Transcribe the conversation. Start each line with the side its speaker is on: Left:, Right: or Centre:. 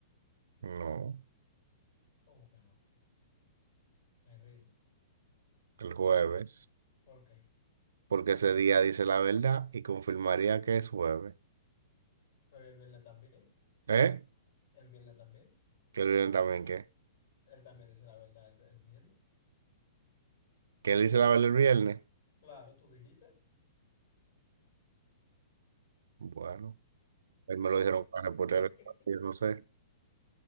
Right: No,
Left: ¿Cómo que no? Me rindo.
Right: el jueves,
Left: ¿Por qué?
Right: porque ese día dice la verdad y confirmaría que es jueves.
Left: Pero el viernes también.
Right: ¿Eh?
Left: El viernes también.
Right: Que el viernes también, ¿qué?
Left: Él también dice la verdad el, el viernes.
Right: ¿Que él dice la verdad el viernes?
Left: Claro, tú dijiste.
Right: Bueno, él me lo dijeron para reportar
Left: <laughs>
Right: el partido, no sé.